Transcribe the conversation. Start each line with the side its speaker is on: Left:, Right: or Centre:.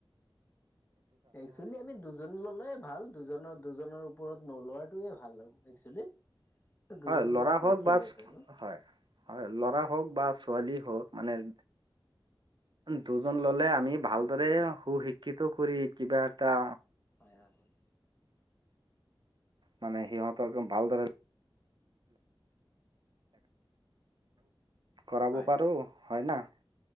Left: একচুৱেলি আমি দুজন ললেয়ে ভাল, দুজনৰ দুজনৰ ওপৰত নোলোৱাটয়ে ভাল একচুৱেলি। দুজন
Right: হয়, ল'ৰা
Left: লোৱাটো
Right: হওঁক
Left: ঠিক
Right: বা
Left: আছে ন
Right: হয়, হয় ল'ৰা হওঁক বা ছোৱালী হওঁক মানে- দুজন ললে আমি ভালদৰে সুশিক্ষিত কৰি কিবা এটা-
Left: হয়, হয়, হয়।
Right: মানে সিহঁতক একদম ভালদৰে- কৰাব
Left: হয়
Right: পাৰোঁ, হয় ন?